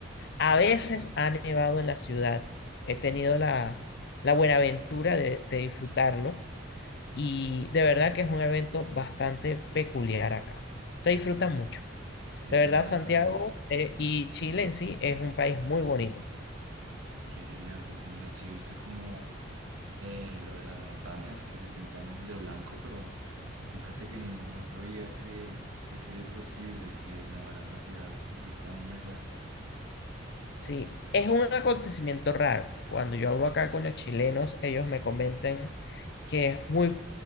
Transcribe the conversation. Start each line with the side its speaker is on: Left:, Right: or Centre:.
Left: A veces ha nevado en la ciudad, he tenido la, la buena aventura de, de disfrutarlo y de verdad que es un evento bastante peculiar acá. Se disfruta mucho.
Right: Qué
Left: De verdad,
Right: genial.
Left: Santiago eh, y Chile en sí es un país muy bonito.
Right: Qué genial, qué genial. Sí, viste como eh, lo de las montañas que se pintan de blanco, pero fíjate que no, no sabía que fuese posible que nevaran la ciudad. Eso está aún mejor.
Left: Sí, es un acontecimiento raro. Cuando yo hablo acá con los chilenos, ellos me comentan que es muy,